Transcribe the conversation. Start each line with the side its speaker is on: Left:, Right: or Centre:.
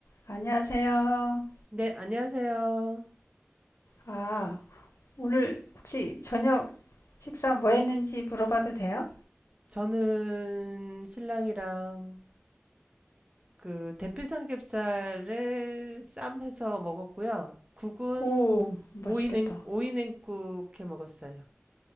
Left: 안녕하세요.
Right: 네, 안녕하세요.
Left: 아, 오늘 혹시 저녁 식사 뭐 했는지 물어봐도 돼요?
Right: 저는 신랑이랑 그 대패 삼겹살에 쌈 해서 먹었고요. 국은
Left: 오, 맛있겠다.
Right: 오이 냉, 오이 냉국 해 먹었어요.